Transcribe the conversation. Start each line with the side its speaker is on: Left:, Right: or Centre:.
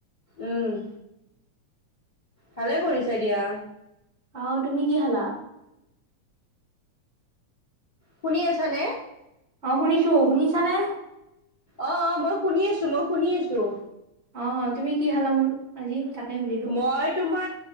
Left: উম ভালে কৰিছে দিয়া
Right: আহ তুমি কি হালা
Left: শুনি আছ নে
Right: অ শুনিছো শুনিছানে
Left: অ অ মই শুনি আছো মই শুনি আছো
Right: অ তুমি কি খালা মল আজি তাকে সুধিলো
Left: মই তোমাৰ